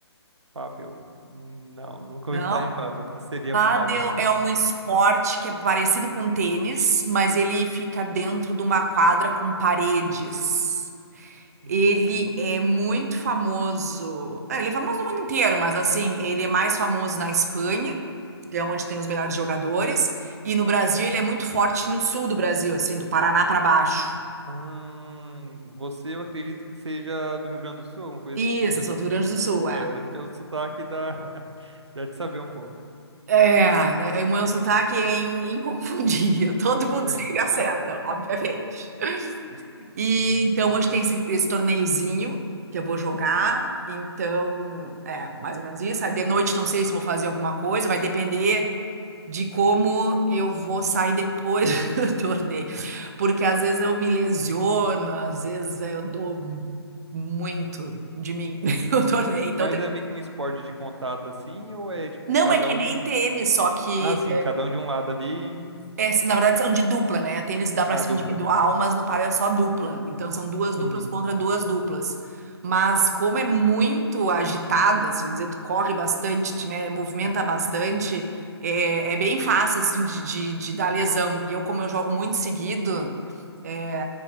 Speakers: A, on the right; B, on the right.
A: Fábio? Não, nunca
B: Não?
A: ouvi falar em Fábio. O que seria
B: Pádel
A: Fábio? <laughs>
B: é um esporte que é parecido com tênis, mas ele fica dentro de uma quadra com paredes.
A: Hum,
B: Ele
A: tô-
B: é muito famoso. É, ele é famoso no mundo inteiro, mas assim, ele é mais famoso na Espanha, que é onde tem os melhores jogadores, e no Brasil ele é muito forte no sul do Brasil, assim, do Paraná pra baixo.
A: Ahn, você, eu acredito que seja do Rio Grande do Sul, alguma coisa
B: Isso,
A: assim?
B: eu sou do Rio Grande do Sul,
A: É,
B: é.
A: pelo sotaque dá, <laughs> dá de saber um pouco.
B: É, né, o meu sotaque é in- inconfundível. <laughs> Todo mundo
A: né? <laughs>
B: sempre acerta, obviamente. E
A: Sim, sim.
B: então hoje tem esse, esse torneiozinho que eu vou jogar. Então, é, mais ou menos isso. Aí de noite não sei se eu vou fazer alguma coisa, vai depender. de como eu vou sair depois <laughs> do torneio. Porque às vezes eu me lesiono, às vezes eu dou muito de mim <laughs> no torneio. Então
A: Mas
B: tem.
A: é meio que um esporte de contato assim, ou é tipo
B: Não
A: cada
B: é que
A: um.
B: nem tênis, só que
A: Ah, sim, cada um de um lado ali,
B: É, na verdade, são de dupla, né? Tênis dá para
A: a
B: ser
A: dupla.
B: individual, mas no pádel é só dupla. Então, são duas
A: Uhum.
B: duplas contra duas duplas. Mas como é muito agitado, assim, vamos dizer, tu corre bastante, te me- movimenta bastante, é, é bem fácil, assim, de, de, de dar lesão. E eu, como eu jogo muito seguido, é,